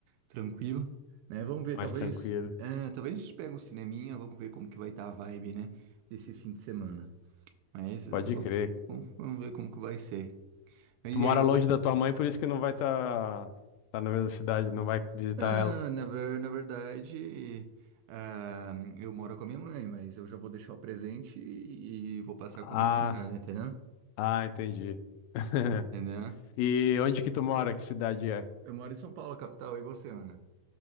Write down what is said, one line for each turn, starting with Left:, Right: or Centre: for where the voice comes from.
Right: tranquilo, né? Vamos ver,
Left: mais
Right: talvez,
Left: tranquilo.
Right: é, talvez a gente pegue um cineminha, vamos ver como que vai estar a vibe, né? Desse fim de semana. Mas eh,
Left: Pode
Right: vamos,
Left: crer.
Right: vamos, vamos ver como que vai ser. Mas
Left: Tu
Right: e
Left: mora
Right: aí, eu,
Left: longe da tua mãe, por isso que não vai estar tá, tá na mesma cidade, não vai visitar
Right: na,
Left: ela.
Right: na, ver- na verdade, ah, eu moro com a minha mãe, mas eu já vou deixar o presente e, e vou passar
Left: Ah,
Right: com a minha namorada, entendeu?
Left: ah, entendi. <laughs>
Right: Entendeu?
Left: E onde que tu mora? Que cidade é?
Right: Eu moro em São Paulo, capital, e você, Ana?